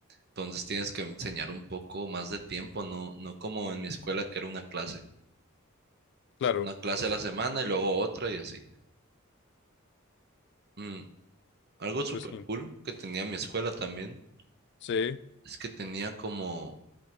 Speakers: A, on the right; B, on the left.
A: Entonces tienes que enseñar un poco más de tiempo, no, no como en mi escuela que era una clase,
B: Claro,
A: una clase a la semana y luego otra y así. Mm, Algo súper
B: pues sí,
A: cool que tenía mi escuela también
B: sí,
A: es que tenía como